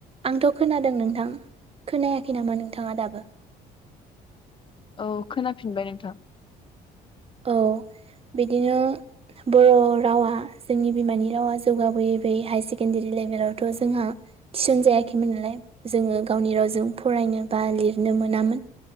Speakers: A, on the right; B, on the left.
A: आंथ' खोनादों नोंथां खोनायाखै नामा नोंथाङा दाबो?
B: औ खोनाफिनबाय नोंथां।
A: औ बिदिनो बर' रावा जोंनि बिमानि रावा जौगाबोयै बोयै हाया सेकेण्डारि लेभेलावथ' जोंहा थिसन जायाखैमोन नालाय जोङो गावनि रावजों फरायनो बा लिरनो मोनामोन।